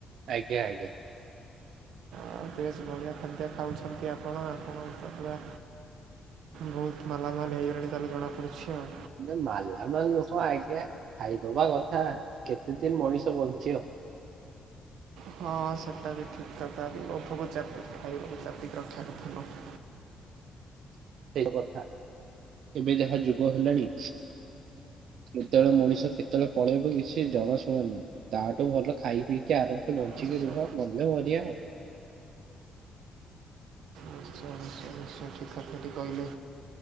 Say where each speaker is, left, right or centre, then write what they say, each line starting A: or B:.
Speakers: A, on the right; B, on the right.
A: ଆଜ୍ଞା ଆଜ୍ଞା।
B: ଆଉ ବେଶ୍ ବଢ଼ିଆ ଖାଦ୍ୟ ଖାଉଛନ୍ତି ଆପଣ ଆପଣ ତ ପୁରା ବହୁତ ମାଲାମାଲ ହେଇଗଲାଣି ତାହେଲେ ଜଣାପଡ଼ୁଛି ଆଉ।
A: ଯେ ମାଲା ମାଲ୍ ନୁହଁ ଆଜ୍ଞା ଖାଇଦବା କଥା କେତେ ଦିନ୍ ମଣିଷ ବଞ୍ଚିବ?
B: ହଁ ସେଟା ବି ଠିକ କଥା ବି ଲୋଭକୁ ଚାପିକି ଖାଇବାକୁ ଚାପିକି ରଖିବା କଥା ନୁହ।
A: ସେଇ କଥା ଏବେ ଯାହା ଯୁଗ ହେଲାଣି କେତେବେଳେ ମଣିଷ କେତେବେଳେ ପଳେଇବ କିଛି ଜଣା ଶୁଣା ନୁହେଁ। ତାହାଠୁ ଭଲ ଖାଇ ପିଇକି ଆରାମସେ ବଂଚ
B: ନିଶ୍ଚୟ
A: ଖାଇ ପିଇକି ରୁହ ମଲେ ମରିବା ଆଉ।
B: ନିଶ୍ଚୟ ନିଶ୍ଚୟ ଠିକ୍ କଥାଟି କହିଲେ